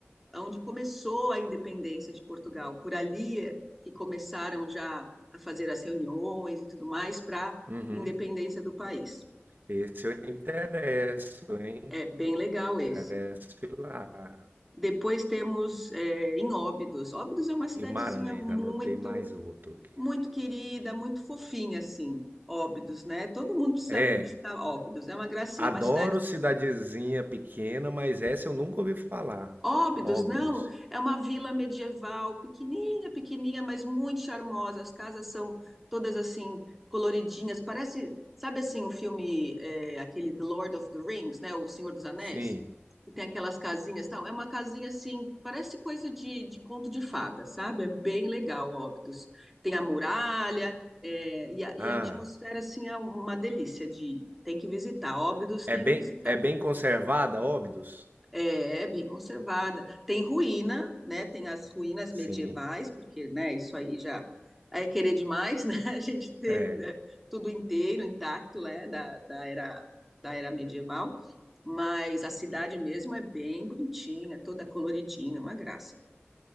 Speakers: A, in the centre; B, on the right (about 50°).
A: onde começou a independência de Portugal. Por ali é que começaram já a fazer as reuniões e tudo mais para a
B: Uhum.
A: independência do país.
B: Esse eu interesso, hein?
A: É bem legal
B: Interesso
A: esse.
B: lá.
A: Depois temos é, em Óbidos. Óbidos é uma cidadezinha
B: Guimarães,
A: muito,
B: anotei mais outro aqui.
A: muito querida, muito fofinha, assim. Óbidos, né? Todo mundo precisa
B: É,
A: ir visitar Óbidos. É uma gracinha,
B: adoro
A: é uma cidade
B: cidadezinha pequena, mas essa eu nunca ouvi falar.
A: Óbidos,
B: Óbidos.
A: não, é uma vila medieval, pequenininha, pequenininha, mas muito charmosa. As casas são todas assim coloridinhas. Parece, sabe assim, o filme é, aquele The Lord of the Rings, né, O Senhor dos Anéis,
B: Sim.
A: que tem aquelas casinhas, e tal. É uma casinha assim, parece coisa de, de conto de fada, sabe? É bem legal, Óbidos. Tem a muralha, é, e, a, e
B: Ah,
A: a atmosfera assim é uma delícia de ir. Tem que visitar, Óbidos
B: é
A: tem
B: bem,
A: que visitar.
B: é bem conservada, Óbidos?
A: É, bem conservada. Tem ruína, né? Tem as ruínas medievais,
B: Sim,
A: porque, né, isso aí já é querer demais, né? <laughs> A gente ter
B: é.
A: né, tudo inteiro, intacto, né, da, da era, da era medieval. Mas a cidade mesmo é bem bonitinha, toda coloridinha, uma graça.